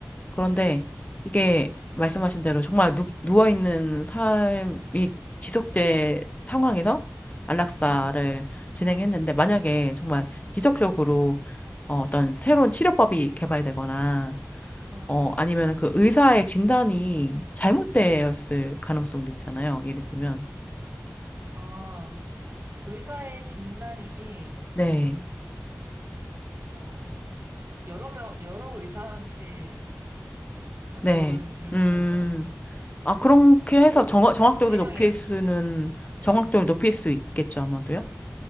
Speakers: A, on the left; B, on the right.
A: 그런데
B: 네,
A: 이게 말씀하신 대로 정말 누, 누워있는 삶이 지속제 상황에서 안락사를
B: 네.
A: 진행했는데 만약에 정말 기적적으로 어, 어떤 새로운 치료법이 개발되거나
B: 아,
A: 어, 아니면 그 의사의 진단이 잘못되었을 가능성도 있잖아요. 예를 들면.
B: 아, 의사의 진단이,
A: 네,
B: 어, 여러 명, 여러 의사한테 받는
A: 네.
B: 건 불가능할까요?
A: 음, 아, 그렇게 해서
B: 최소,
A: 정, 정확도를
B: 최소 3명이라든지.
A: 높일 수는, 정확도를
B: 네,
A: 높일 수 있겠죠, 아마도요?